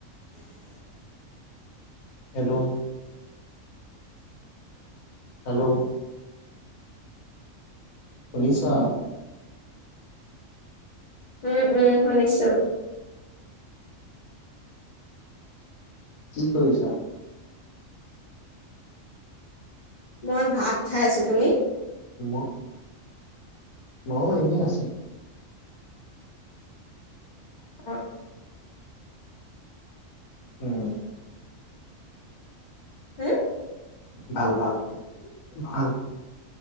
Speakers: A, on the left; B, on the left.
A: <unintelligible>
B: Hello hello শুনিছা
A: উম উম শুনিছো
B: কি কৰিছা
A: মই ভাত খাই আছো তুমি
B: ম মইয়ো এনেই আছো
A: অ
B: উম
A: উম
B: ভাল ভাল ভাল